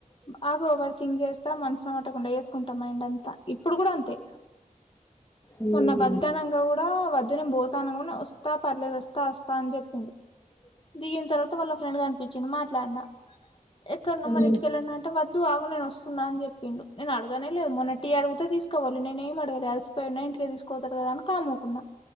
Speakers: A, on the left; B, on the left.
A: బాగా ఓవర్ థింక్ చేస్తా మనసులోమాట్టకుండా చేేసుకుంటాం మైండ్ అంతా ఇప్పుడు కూడా అంతే
B: ఉమ్,
A: మొన్న వద్దనంక
B: ఉమ్.
A: కూడా వద్దు నే పోతా <unintelligible> వస్తా పర్లేదు వస్తా వస్తా అని చెప్పిండు దిగిన తర్వాత వాళ్ళ ఫ్రెండ్ కనిపిచ్చింది మాట్లాడినా ఎక్కన్నా
B: ఉమ్.
A: మన ఇంటికెళ్ళన అంటే వద్దు ఆగు నేను వస్తున్నా అని చెప్పిండు నేను అడగనే లేదు మొన్న టి అడుగుతే తీసుకోపోలే నేనె నేమ్ అడగలే అలిసిపోయిన్నా ఇంటికే తీసుకపోతడు కదా అని కామ్ ఊకున్నా